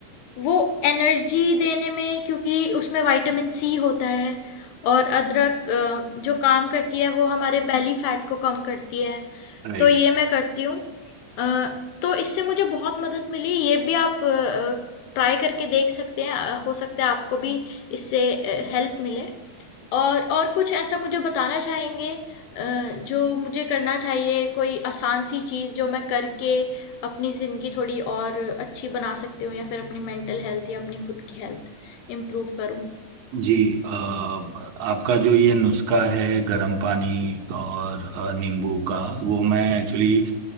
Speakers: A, on the left; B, on the right.
A: वो एनर्जी देने में क्योंकि उसमें विटामिन सी होता है और अदरक अ, जो काम करती है वो हमारे बेली फैट को कम करती है
B: राइट।
A: तो ये मैं करती हूँ अ, तो इससे मुझे बहुत मदद मिली ये भी आप ट्राई करके देख सकते हैं अ, हो सकता है आपको भी इससे हेल्प मिले और और कुछ ऐसा मुझे बताना चाहेंगे जो मुझे करना चाहिए कोई आसान सी चीज़ जो मैं करके अपनी ज़िंदगी थोड़ी और अच्छी बना सकती हूँ या फिर अपनी मेंटल हेल्थ या अपनी खुद की हेल्थ इम्प्रूव करूँ
B: जी अ, आपका जो ये नुस्खा है गरम पानी और अ, नींबू का वो मैं एक्चुअली